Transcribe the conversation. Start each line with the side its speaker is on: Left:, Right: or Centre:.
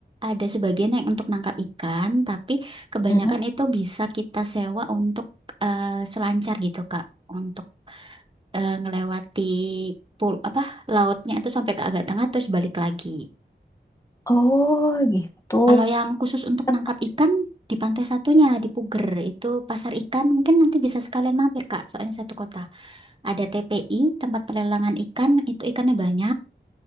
Right: ada sebagian yang untuk nangkap ikan, tapi kebanyakan
Left: Mhm.
Right: itu bisa kita sewa untuk eh, selancar gitu, Kak, untuk eh, ngelewati pul apa lautnya itu sampai ke agak tengah terus balik lagi.
Left: Oh, gitu.
Right: Kalau yang khusus untuk
Left: Aku
Right: nangkap ikan di pantai satunya di Puger itu pasar ikan mungkin nanti bisa sekalian mampir, Kak, soalnya satu kota. Ada TPI, tempat pelelangan ikan, itu ikannya banyak.